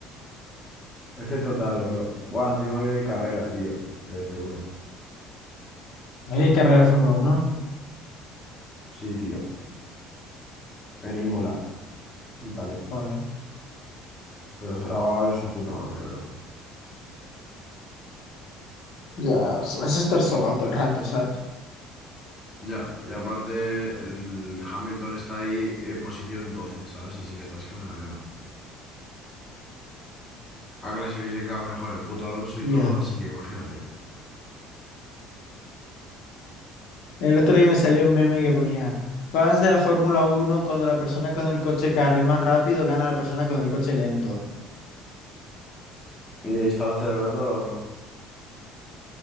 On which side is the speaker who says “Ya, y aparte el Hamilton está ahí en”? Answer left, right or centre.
Left